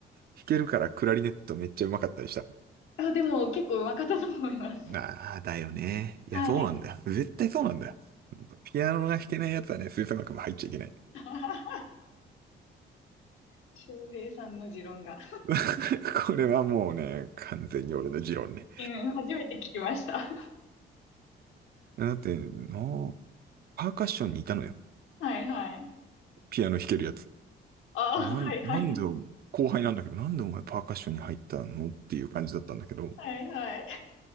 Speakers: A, on the right; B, on the left.
A: 弾けるからクラリネットめっちゃうまかったりした。
B: あ、でも結構うまかったと思います。
A: ああ、だよね。いや、
B: はい。
A: そうなんだよ。絶対そうなんだよ。ほんとピアノが弾けないやつはね、吹奏楽も入っちゃいけない。
B: <laughs> 翔平さんの持論が。
A: <laughs> これはもうね、完全に俺の持論ね。
B: うん、初めて聞きました。
A: だって、なパーカッションにいたのよ。
B: はいはい。
A: ピアノ弾けるやつ。
B: ああ、
A: なん、
B: はいはい。
A: なんで、後輩なんだけど、なんでお前パーカッションに入ったのっていう感じだったんだけど、
B: はいはい。